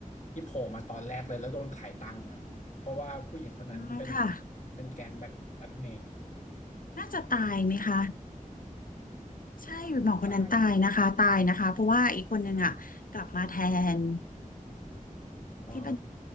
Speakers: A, on the left; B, on the left.
A: ที่โผล่มาตอนแรกเลยแล้วโดนขายตังค์นะเพราะว่าผู้หญิงคนนั้นเป็น
B: อ่าค่ะ
A: เป็นแก๊งแบ็คแบ็คเมย์
B: น่าจะตายไหมคะใช่หมอคนนั้นตายนะคะตายนะคะเพราะว่าอีกคนนึงอ่ะกลับมาแทน
A: ตายอ๋อ
B: ที่เป็น